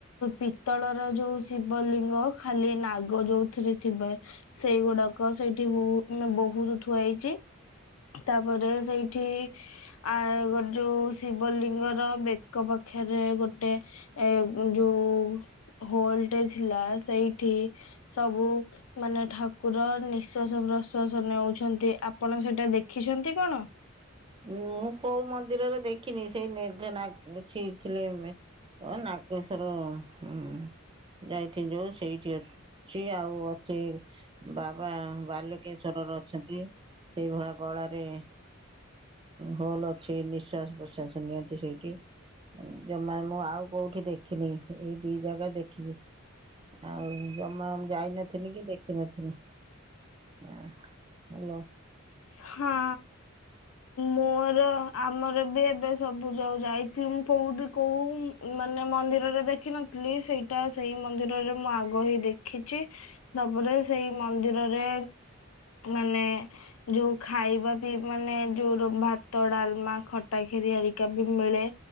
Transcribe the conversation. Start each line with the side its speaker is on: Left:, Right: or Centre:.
Left: ପିତ୍ତଳର ଯୋଉ ଶିବଲିଙ୍ଗ ଖାଲି ନାଗ ଯୋଉଥିରେ ଥିବେ। ସେଇଗୁଡାକ ସେଇଠି ବହୁ ବହୁତୁ ଥୁଆ ହେଇଚି। ତାପରେ ସେଇଠି ଆ ଯଉ ଶିବଲିଙ୍ଗ ର ବେକ ପଖେରେ ଗୋଟେ ଏ ଯୁ ହୋଲଟେ ଥିଲା ସେଇଠି ସବୁ ମାନେ ଠାକୁର ନିଶ୍ଵାସ ପ୍ରଶ୍ଵାସ ନେଉଛନ୍ତି ଆପଣ ସେଟା ଦେଖିଛନ୍ତି କଣ?
Right: ମୁଁ କୋଉ ମନ୍ଦିରରେ ଦେଖିନି ସେଇ ନିଧନାକ ଠିକ ଥିଲେ ମେ କଣ ନାଗେଶର ଉଁ। ଯାଇଥିଲୁ ସେଇଠି ଅ ଛି ଆଉ ଅଛି। ବାବା ବାଲୁକେଶ୍ଵରର ଅଛନ୍ତି ସେଇଭଳା ଗଳାରେ ହୋଲ୍ ଅଛି ନିଶ୍ଵାସ ପ୍ରଶ୍ୱାସ ନିଅନ୍ତି ସେଇଠି। ଜମା ମୁଁ ଆଉ କୋଉଠି ଦେଖିନି ଏଇ ଦି ଜାଗା ଦେଖିଲି। ଆଉ। ଜମା ଯାଇନଥିଲି କି ଦେଖିନଥିଲି ଆଁ ହାଲୋ।
Left: ହଁ ମୋର। ଆମର ବି ଏବେ ସବୁ ଯଉ ଯାଇଥିଲି କୋଉଠି କୋଉ ମାନେ ମନ୍ଦିରରେ ଦେଖିନ ଲି ସେଇଟା ସେଇ ମନ୍ଦିରରେ ମୁଁ ଆଗ ହି ଦେଖିଛି। ତାପରେ ସେଇ ମନ୍ଦିରରେ। ମାନେ। ଯୋଉ ଖାଇବା ବି ମାନେ ଯୋଉ ଭାତ, ଡାଲମା, ଖଟା, ଖିରି ହେରିକା ବି ମିଳେ।